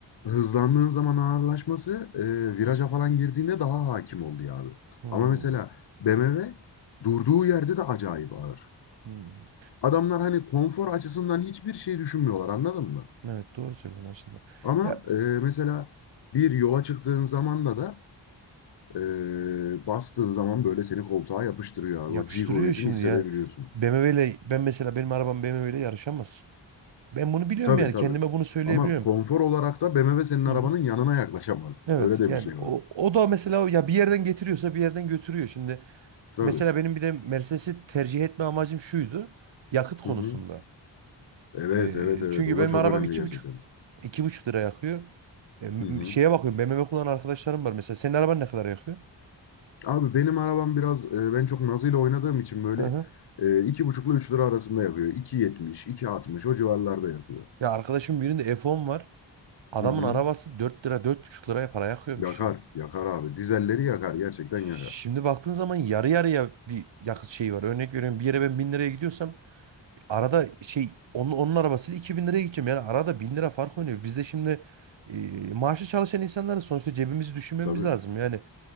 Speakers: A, on the left; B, on the right.
A: hızlandığın zaman ağırlaşması e, viraja falan girdiğinde daha hakim oluyor abi.
B: Hmm,
A: Ama mesela BMW durduğu yerde de acayip ağır.
B: hmm.
A: Adamlar hani konfor açısından hiçbir şey düşünmüyorlar anladın mı?
B: Evet doğru söylüyorsun aslında.
A: Ama
B: Ya
A: e, mesela bir yola çıktığın zamanda da e, bastığın zaman böyle seni koltuğa yapıştırıyor
B: yapıştırıyor
A: abi. O G kuvvetini
B: şimdi
A: hissedebiliyorsun.
B: yani. BMW ile ben mesela benim arabam BMW ile yarışamaz. Ben bunu biliyorum
A: Tabii
B: yani
A: tabii.
B: kendime bunu söyleyebiliyorum.
A: Ama konfor olarak da BMW senin
B: Hı
A: arabanın
B: hı.
A: yanına yaklaşamaz.
B: Evet
A: Öyle de
B: yani
A: bir şey
B: o,
A: var.
B: o da mesela o- ya bir yerden getiriyorsa bir yerden götürüyor. Şimdi
A: Tabii.
B: mesela benim bir de Mercedes'i tercih etme amacım şuydu. Yakıt konusunda.
A: Hı hı. Evet
B: Ee,
A: evet evet.
B: çünkü
A: O
B: benim
A: da çok
B: arabam
A: önemli
B: iki
A: gerçekten.
B: buçuk iki buçuk lira yakıyor. E, m-
A: Hı hı.
B: m- şeye bakıyorum BMW kullanan arkadaşlarım var. Mesela senin araban ne kadar yakıyor?
A: Abi benim arabam biraz e, ben çok nazıyla oynadığım için böyle
B: Hı hı.
A: e, iki buçukla üç lira arasında yapıyor. iki yetmiş, iki 2.60 o civarlarda yapıyor.
B: Ya arkadaşımın birinde F10 var. Adamın
A: Hı hı.
B: arabası 4 lira dört buçuk liraya para yakıyormuş
A: Yakar,
B: ya.
A: yakar abi. Dizelleri yakar, gerçekten yakar.
B: Şimdi baktığın zaman yarı yarıya bir yakıt şeyi var. Örnek veriyorum bir yere ben 1000 liraya gidiyorsam arada şey onun, onun arabasıyla 2000 liraya gideceğim. Yani arada 1000 lira fark oynuyor. Biz de şimdi e, maaşlı çalışan insanlarız. Sonuçta cebimizi düşünmemiz
A: Tabii.
B: lazım. Yani